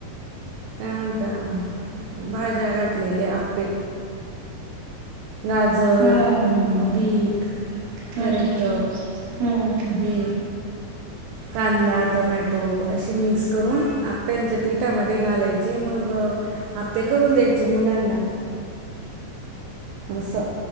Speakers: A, on the right; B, on the right.
A: काय म्हणतात,, भाज्या घातलेले आप्पे. गाजर,
B: हां हां हां
A: बीट
B: हं
A: परत
B: हं
A: हे कांदा टमॅटो असे मिक्स करून, आप्यांच्या पिठामध्ये घालायचे, मंग आप्पे करून द्यायचे मुलांना. असं